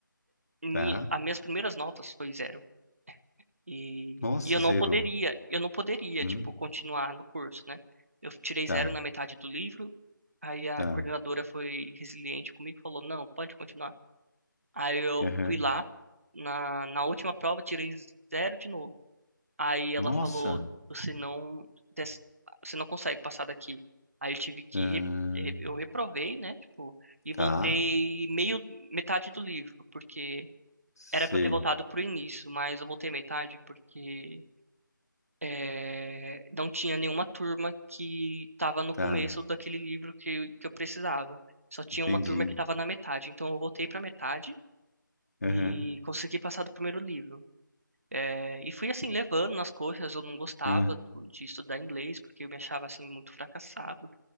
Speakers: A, on the right (about 40°); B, on the left (about 50°).
A: Mi-
B: tá.
A: as minhas primeiras notas foi zero. E,
B: Nossa,
A: e eu não
B: zerou.
A: poderia, eu não poderia,
B: Hum,
A: tipo, continuar no curso, né? Eu tirei
B: tá,
A: zero na metade do livro. Aí a
B: tá.
A: coordenadora foi resiliente comigo e falou, não, pode continuar. Aí eu
B: Uhum.
A: fui lá, na, na última prova, tirei zero de novo. Aí ela
B: Nossa.
A: falou, você não, des- você não consegue passar daqui. Aí eu tive que,
B: ahn,
A: re- re- eu reprovei, né, tipo, e
B: tá.
A: voltei meio, metade do livro, porque
B: Sei.
A: era pra eu ter voltado pro início, mas eu voltei metade porque é, não tinha nenhuma turma que tava no
B: Tá.
A: começo daquele livro que, eu- que eu precisava. Só tinha
B: Entendi.
A: uma turma que tava na metade, então eu voltei pra metade
B: Uhum,
A: e consegui passar do primeiro livro. É, e fui assim, levando nas coxas, eu não gostava
B: uhum,
A: de estudar inglês, porque eu me achava assim muito fracassado.